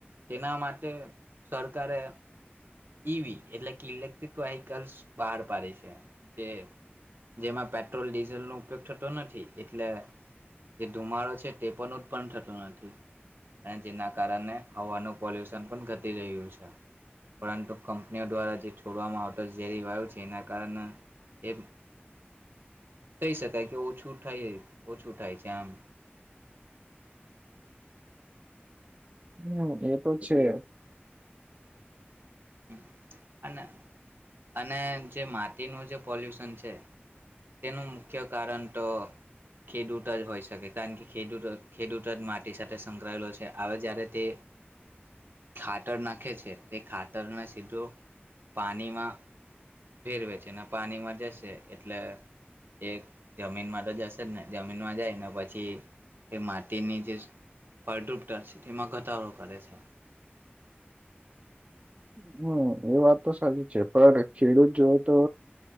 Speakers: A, on the right; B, on the right.
A: તેના માટે સરકારે ઈ વી એટલે કે ઇલેક્ટ્રિક વ્હીકલ્સ બહાર પાડી છે જે જેમાં પેટ્રોલ ડીઝલનો ઉપયોગ થતો નથી એટલે જે ધુમાડો છે તે પણ ઉત્પન્ન થતો નથી અને જેના કારને હવાનું પોલ્યુસન પણ ઘટી રહ્યું છે પરંતુ, કંપનીઓ દ્વારા જે છોડવામાં આવતો ઝેરી વાયુ છે એના કારણે એ કહી શકાય કે ઓછું થાય એ ઓછું થાય છે. તેમ
B: હમ્મ એ તો છે.
A: હ અને અને જે માટીનું જે પોલ્યુશન છે તેનું મુખ્ય કારણ તો ખેડૂત જ હોય શકે કારણ કે ખેડૂત ખેડૂત જ માટી સાથે સંકળાયેલો છે હવે જયારે તે ખાતર નાખે છે તે ખાતરને સીધું પાણીમાં ભેળવે છે અને પાણીમાં જશે એટલે એ જમીનમાં તો જશે જ ને જમીનમાં જાય ને તો પછી એ માટીની જે ફળદ્રુપતા છે તેમાં ઘટાડો કરે છે.
B: હમ્મ એ વાત તો સાચી છે પણ ખેડૂત જોવ તો